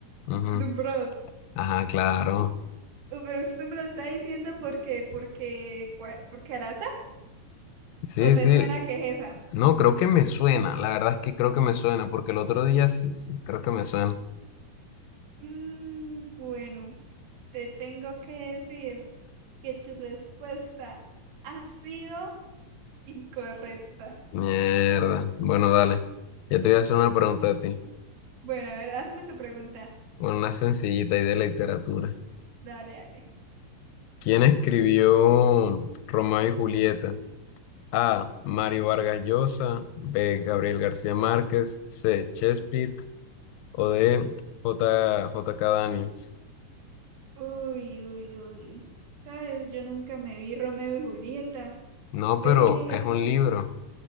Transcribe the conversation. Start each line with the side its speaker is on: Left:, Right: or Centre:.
Left: Ujú.
Right: Dumbrot.
Left: Ajá, claro.
Right: Uh, Pero usted me lo está diciendo porque, porque, cua- porque al azar.
Left: Sí,
Right: ¿O te
Left: sí.
Right: suena que es esa?
Left: No, creo que me suena. La verdad es que creo que me suena, porque el otro día sí, sí, creo que me suena.
Right: Mm, bueno, te tengo que decir que tu respuesta ha sido incorrecta.
Left: Mierda. Bueno, dale. Yo te voy a hacer una pregunta a ti.
Right: Bueno, a ver, hazme tu pregunta.
Left: Bueno, una sencillita y de literatura.
Right: Dale, dale.
Left: ¿Quién escribió Romeo y Julieta? A. Mario Vargas Llosa. B. Gabriel García Márquez. C. Shakespeare. O D. J. J. K. Daniels.
Right: Uy, uy, uy. Sabes, yo nunca me vi Romeo y Julieta,
Left: No,
Right: pero...
Left: pero es un libro.